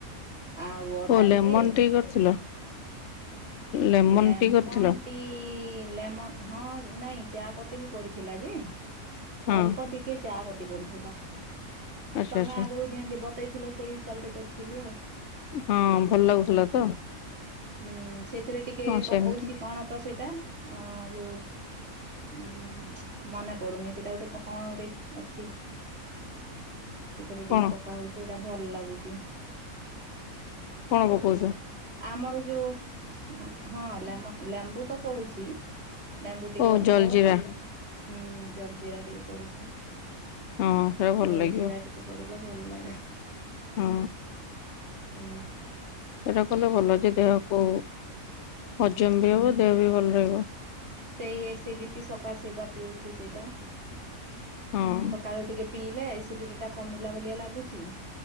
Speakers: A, on the right; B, on the left.
A: ଆଉ ଅଦା
B: ଓ ଲେମନ
A: ଟିକେ
B: ଟି କରିଥିଲ ଲେମନ
A: ଲେମନ
B: ଟି କରିଥିଲ
A: ଟି। କି ଲେମନ ହଁ ନାଇଁ ଚା ପତି ବି ପଡିଥିଲା ଯେ
B: ହଁ
A: ଅଳ୍ପ ଟି କେ ଚା ପତି ପଡିଥିଲା
B: ଆଚ୍ଛା
A: ତମେ
B: ଆଚ୍ଛା
A: ଆଗରୁ ଯେମତି‌ ବ ତେଇଥିଲ ସେଇ ହିସାବରେ କରିଥିଲି ଆଉ।
B: ହଁ ଭଲ ଲାଗୁଥିଲା ତ।
A: ହୁଁ ସେଥିରେ ଟିକେ
B: ହଁ
A: ପକଉଛି
B: ସେମିତି
A: କଣ ତ ସେଇଟା ଅ ଯୋଉ। ଉୁଁ ମନେ ପଡୁନି ସେଇଟା ଗୋଟେ କଣ ଗୋଟେ ଅଛି। ସେଥିରେ
B: କଣ
A: ଟିକେ ପକା ହଉଛି ସେଟା ଭଲ ଲାଗୁଚି।
B: କଣ ପକଉଚ।
A: ଆମର ଯୋଉ ହଁ ଲେମ ଲେମ୍ବୁ ତ ପଡୁଛି। ଲେମ୍ବୁ ଟିକେ
B: ଓ
A: ଅଳ୍ପ
B: ଜଲଜିିରା
A: ତାପ ହୁଁ ଜଲ ଜିରା ଟିକେ ପଡୁଛି
B: ହଁ ସେଟା ଭଲ
A: ଜଲ
B: ଲାଗିବ
A: ଜିରା ଟିକ କେ ପଡିଲେ ଭଲ ଲାଗେ।
B: ହଁ।
A: ହୁଁ।
B: ସେଇଟା କଲେ ଭଲ ଯେ ଦେହକୁ ହଜମ ବି ହବ ଦେହ ବି ଭଲ ରହିବ।
A: ସେଇ ଏସିଡିଟି ସକାଶ ବା ପିଉଛି ସେଇଟା।
B: ହଁ।
A: କକାଳୁ ଟିକେ ପିଇଲେ ଏସିଡିଟି ଟା କମିଲା ଭଲିଆ ଲାଗୁଛି